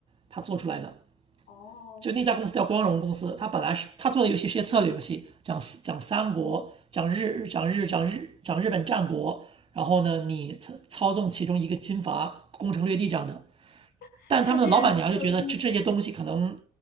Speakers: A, on the right; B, on the left.
A: 她做出来的，
B: 哦，
A: 就那家公司叫光荣公司，他本来是他做的游戏是些策略游戏，讲讲三国，讲日讲日讲日讲日本战国，然后呢，你操操纵其中一个军阀攻城略地这样的。
B: <laughs>
A: 但他们的老板娘就觉得这这些东西可能，
B: 他居然能做出，